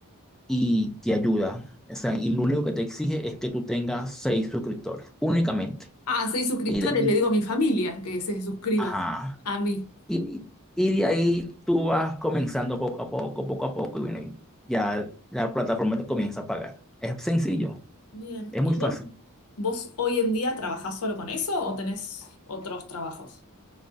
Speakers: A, in the centre; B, on the left.
A: y te ayuda. O sea, y lo único que te exige es que tú tengas seis suscriptores, únicamente.
B: Ah, seis suscriptores,
A: Y de ahí,
B: le digo a mi familia que se suscriba
A: ajá.
B: a mí.
A: Y, y de ahí tú vas comenzando poco a poco, poco a poco, y bueno, y ya la plataforma te comienza a pagar. Es sencillo,
B: Bien.
A: es
B: ¿Y
A: muy fácil.
B: vos, vos hoy en día trabajás solo con eso o tenés otros trabajos?